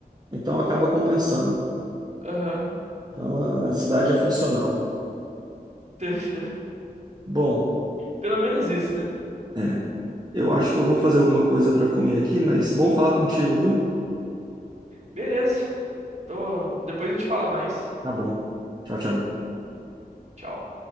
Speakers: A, on the right (about 25°); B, on the right (about 45°).
A: Então acaba compensando.
B: Aham.
A: Então a, a cidade é funcional.
B: <laughs>
A: Bom,
B: Pelo menos isso, né?
A: é, eu acho que eu vou fazer alguma coisa para comer aqui, mas bom falar contigo, viu?
B: Beleza. Tô... Depois a gente fala mais.
A: Tá bom. Tchau, tchau.
B: Tchau.